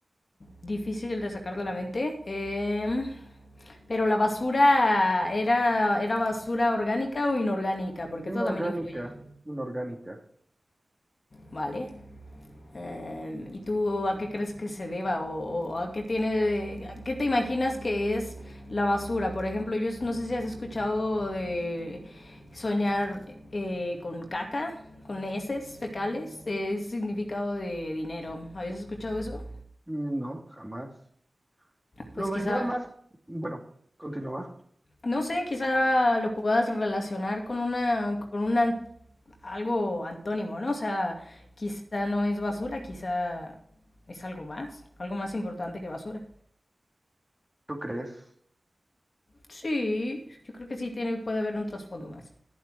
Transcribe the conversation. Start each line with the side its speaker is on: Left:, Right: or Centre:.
Left: difícil de sacar de la mente. Em, pero la basura era, era basura orgánica o inorgánica, porque
Centre: Inorgánica,
Left: eso también influye.
Centre: inorgánica.
Left: ¿vale? Eh, ¿Y tú a qué crees que se deba o, o a qué tiene, a qué te imaginas que es la basura? Por ejemplo, yo no sé si has escuchado de soñar eh, con caca, con heces fecales, es significado de dinero. ¿Habías escuchado eso?
Centre: No, jamás. Lo
Left: Pues quizá
Centre: veía más, bueno, continúa.
Left: No sé, quizá lo puedas relacionar con una, con una, algo antónimo, ¿no? O sea, quizá no es basura, quizá es algo más, algo más importante que basura.
Centre: ¿Tú crees?
Left: Sí, yo creo que sí tiene, puede haber un trasfondo más.